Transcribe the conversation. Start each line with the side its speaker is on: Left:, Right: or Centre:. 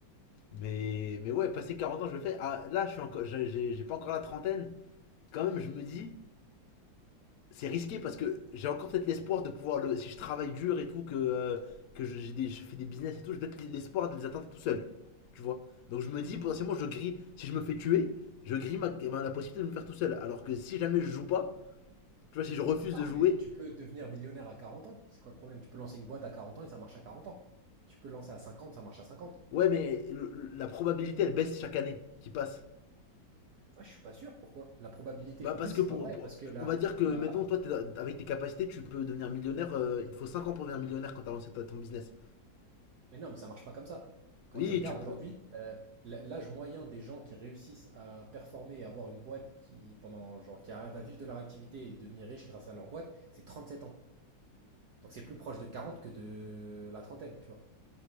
Left: Mais, mais ouais, passer 40 ans, je le fais. Ah, là, je suis encore, j'ai, j'ai- pas encore la trentaine. Quand même, je me dis, c'est risqué parce que j'ai encore peut-être l'espoir de pouvoir le. Si je travaille dur et tout, que, euh, que je, j'ai des- je fais des business et tout, j'ai peut-être l'espoir de les atteindre tout seul. Tu vois Donc je me dis, potentiellement, je grille. Si je me fais tuer, je grille ma- ma- la possibilité de me faire tout seul. Alors que si jamais je joue pas, tu vois, si je refuse
Right: Non,
Left: de jouer
Right: mais tu peux devenir millionnaire à 40 ans. C'est quoi le problème? Tu peux lancer une boîte à 40 ans et ça marche à 40 ans. Tu peux lancer à 50, ça marche à 50.
Left: Ouais, mais le- la probabilité, elle baisse chaque année qui passe.
Right: Ah, je suis pas sûr, pourquoi? La probabilité,
Left: Bah
Right: en
Left: parce
Right: plus, c'est
Left: que pour,
Right: pas vrai,
Left: pour-
Right: parce que la,
Left: on va dire que
Right: la...
Left: maintenant toi t'es- avec tes capacités tu peux devenir millionnaire, euh, il te faut 5 ans pour devenir millionnaire quand t'as lancé ta- ton business.
Right: Mais non, mais ça marche pas comme ça. Quand
Left: Oui
Right: tu regardes
Left: tu peux.
Right: aujourd'hui, euh, l- l'âge moyen des gens qui réussissent à performer et avoir une boîte qui, pendant, genre, qui arrive à vivre de leur activité et devenir riche grâce à leur boîte, c'est 37 ans. Donc c'est plus proche de 40 que de la trentaine, tu vois.